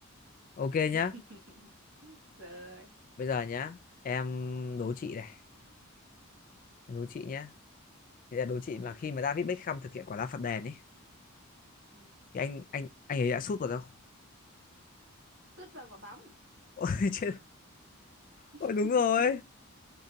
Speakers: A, on the left; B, on the right.
A: Ok nhá
B: <laughs> rồi
A: Bây giờ nhá Em đố chị này Em đố chị nhá Thì là đố chị
B: ừ
A: mà khi mà David Beckham thực hiện quả đá phạt đền ấy
B: ừ
A: Thì anh anh anh ấy đã sút vào đâu <laughs>
B: sút vào quả bóng
A: Ôi chết
B: <laughs>
A: Ôi đúng rồi